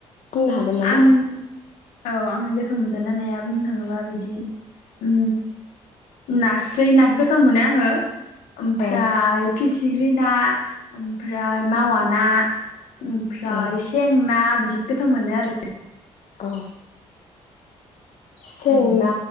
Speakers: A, on the left; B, on the left.
A: बुंनो हागोन नामा
B: आं औ आं गोथाव मोनजान ना नाया बुंनो थाङोबा बिदि ओ नास्राय नाखौ गोथाव मोनो आङो। ओमफ्राय
A: औ
B: फिब थिग्रि ना ओमफ्राय मावा ना, ओमफ्राय
A: ओं
B: सेंना बिदि गोथाव मोनो आरो। <inaudible>
A: औ सेंना
B: उम